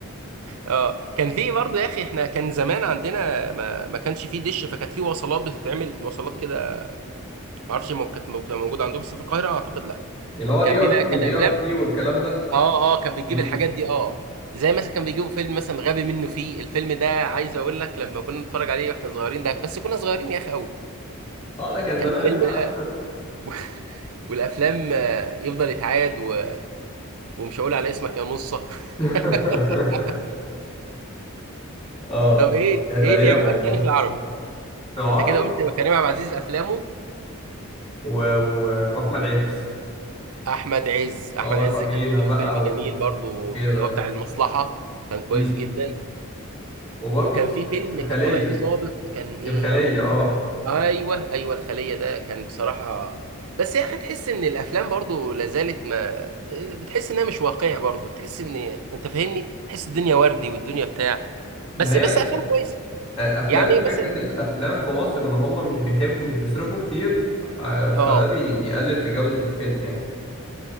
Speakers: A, on the right; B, on the left.
A: اه كان في برضه يا اخي احنا كان زمان عندنا ما, ما كانش فيه دش فكانت فيه وصلات بتتعمل وصلات كده ما اعرفش مو- كانت مو- موجوده عندكم بس في القاهره اعتقد لا
B: اللي هو الاي
A: كان
B: ار
A: بيبقى
B: الاي
A: كان افلام
B: ار تي والكلام ده
A: اه اه كان بتجيب
B: امم
A: الحاجات دي اه زي مثلا كان بيجيبوا فيلم مثلا غبي منه فيه الفيلم ده عايز اقول لك لما كنا نتفرج عليه واحنا صغيرين ده بس كنا صغيرين يا اخي قوي
B: اه ده كان
A: كان
B: زمان
A: الفيلم
B: بقى
A: ده <laughs> والافلام آه، يفضل يتعاد و- ومش هقول على اسمك يا نصه
B: <laughs>
A: <laughs>
B: اه
A: طب ايه
B: كانت
A: ايه
B: ايام
A: اللي يعجبك
B: والله
A: تاني في العربي
B: في العربي
A: انت كده قلت كريم عبد العزيز افلامه
B: و... و... واحمد عز
A: احمد عز احمد
B: اللي هو
A: عز
B: الرهينه
A: كان له
B: بقى
A: فيلم جميل
B: و...
A: برضو
B: وكده
A: اللي هو بتاع المصلحة كان كويس
B: امم
A: جدا
B: وبرضه
A: وكان
B: في
A: في فيلم
B: الخليه
A: كان طالع فيه ضابط كان ايه
B: الخليه
A: يا رب
B: اه
A: ايوه ايوه الخلية ده كان بصراحة بس يا اخي تحس ان الافلام برضو لازالت ما بتحس انها مش واقعية برضو تحس ان انت فاهمني تحس الدنيا وردي والدنيا بتاع
B: ما
A: بس
B: هي
A: بس
B: ال-
A: افلام كويسة
B: الافلام
A: يعني
B: فكره
A: مثلا
B: الافلام في مصر ان هم مش بيحبوا مش بيصرفوا كتير آه، فده
A: اه
B: بي... بيقلل في جوده الفيلم يعني